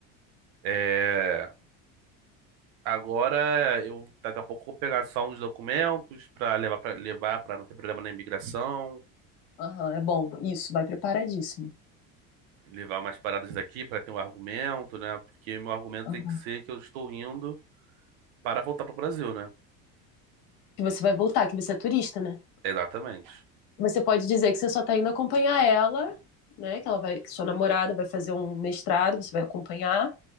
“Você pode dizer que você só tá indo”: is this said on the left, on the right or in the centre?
Left